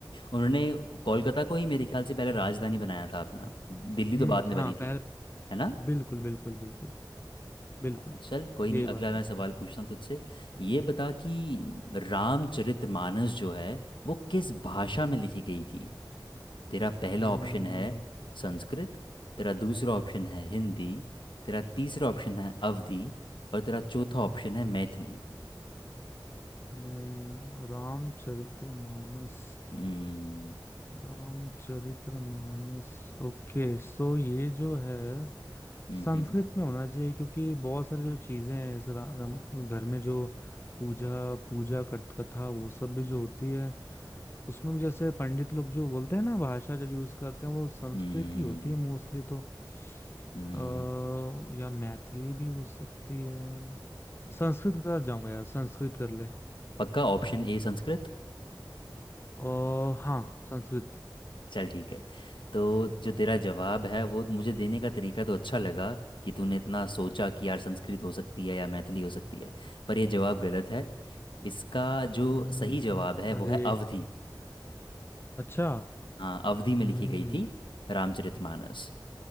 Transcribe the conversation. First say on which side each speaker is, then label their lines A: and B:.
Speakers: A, on the left; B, on the left.
A: उन्होंने कोलकाता को ही मेरे ख्याल से पहले राजधानी बनाया था अपना दिल्ली
B: हम्म
A: तो बाद में बनी
B: हाँ पहले
A: थी है ना
B: बिल्कुल बिल्कुल बिल्कुल बिल्कुल
A: हाँ, चल कोई
B: यही
A: नहीं अगला
B: बात
A: मैं
B: है
A: सवाल पूछता हूँ तुझसे ये बता कि रामचरितमानस जो है वो किस भाषा में लिखी गई थी तेरा पहला
B: हम्म
A: ऑप्शन है संस्कृत तेरा दूसरा ऑप्शन है हिंदी तेरा तीसरा ऑप्शन है अवधी और तेरा चौथा ऑप्शन है मैथिली
B: हम्म रामचरितमानस
A: हम्म
B: रामचरितमानस ओके सो ये जो है
A: हम्म
B: संस्कृत में होना चाहिए क्योंकि बहुत सारी जो चीजें हैं इस रा- अम, घर में जो पूजा पूजा कथ- कथा वो सब भी जो होती है उसमें भी जैसे पंडित लोग जो बोलते हैं ना भाषा जो यूज करते हैं वो संस्कृत
A: हम्म
B: ही होती है मोस्टली तो
A: हम्म,
B: आ, या मैथिली भी हो सकती है संस्कृत का जाऊंगा यार संस्कृत कर ले
A: पक्का ऑप्शन ए संस्कृत
B: और हाँ संस्कृत
A: चल ठीक है तो जो तेरा जवाब है वो मुझे देने का तरीका तो अच्छा लगा कि तूने इतना सोचा कि यार संस्कृत हो सकती है या मैथिली हो सकती है पर ये जवाब गलत है इसका जो
B: हम्म
A: सही जवाब है वो
B: अरे
A: है अवधि
B: अच्छा
A: हाँ अवधि में
B: हम्म
A: लिखी गई थी रामचरितमानस